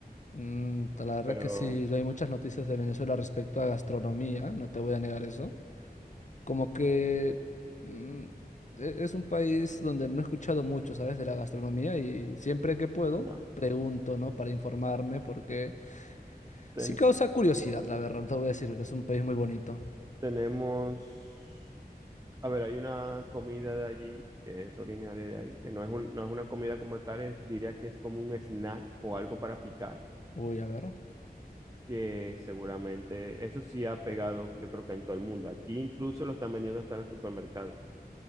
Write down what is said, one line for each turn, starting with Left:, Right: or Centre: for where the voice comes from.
Left: Mm, la verdad
Right: pero
Left: que sí, no hay muchas noticias de Venezuela respecto a gastronomía, no te voy a negar eso. Como que mm, e- es un país donde no he escuchado mucho, ¿sabes? De la gastronomía y siempre que puedo
Right: no.
Left: pregunto, ¿no? Para informarme, porque
Right: ten-
Left: sí causa curiosidad, la verdad, no te voy a decir que es un país muy bonito.
Right: Tenemos, a ver, hay una comida de allí que es originaria de ahí, que no es un- no es una comida como tal, es- diría que es como un snack o algo para picar,
Left: Uy, a ver,
Right: que seguramente eso sí ha pegado, yo creo que en todo el mundo. Aquí incluso lo están vendiendo hasta en los supermercados.